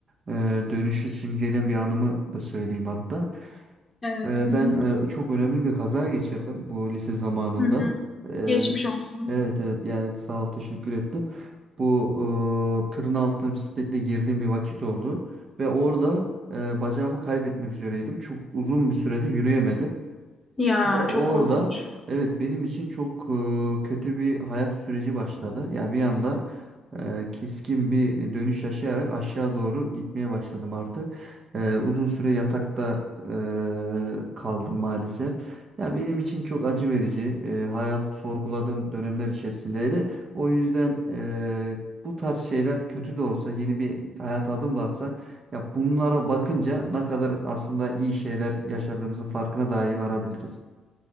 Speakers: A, on the right; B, on the left.
A: e, dönüşü simgeleyen bir anımı da söyleyeyim hatta.
B: Evet.
A: Ee,
B: Hı
A: Ben
B: hı.
A: e, çok önemli bir kaza geçirdim bu lise zamanında.
B: Hı hı.
A: Ee,
B: Geçmiş olsun.
A: Evet evet yani sağ ol teşekkür ettim. Bu e, tırın altına bisikletle girdiğim bir vakit oldu. Ve orada e, bacağımı kaybetmek üzereydim. Çok uzun bir sürede yürüyemedim.
B: Ya
A: Ve orada
B: çok korkunç.
A: evet benim için çok e, kötü bir hayat süreci başladı. Ya bir anda e, keskin bir dönüş yaşayarak aşağı doğru gitmeye başladım artık. E, uzun süre yatakta e, kaldım maalesef. Ya benim için çok acı verici, e, hayatı sorguladığım dönemler içerisindeydi. O yüzden e, bu tarz şeyler kötü de olsa, yeni bir hayata adım da atsak ya bunlara bakınca ne kadar aslında iyi şeyler yaşadığımızın farkına dahi varabiliriz.